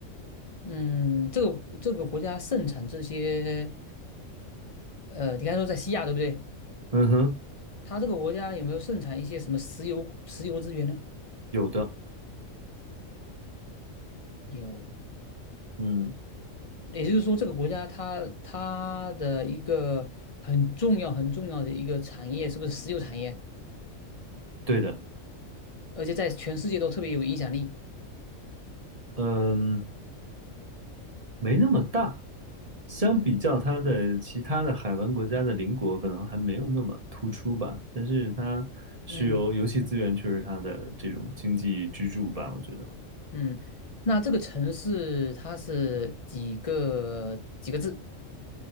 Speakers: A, on the left; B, on the right.
A: 嗯，这个这个国家盛产这些，呃，你刚才说在西亚对不对？
B: 嗯哼，
A: 它这个国家有没有盛产一些什么石油石油资源呢？
B: 有的，
A: 有。
B: 嗯，
A: 也就是说，这个国家它它的一个很重要、很重要的一个产业，是不是石油产业？
B: 对的，
A: 而且在全世界都特别有影响力。
B: 嗯，没那么大，相比较它的其他的海湾国家的邻国，可能还没有那么突出吧，但是它石油、
A: 嗯
B: 游戏资源却是它的这种经济支柱吧，我觉得，
A: 嗯，那这个城市它是几个几个字？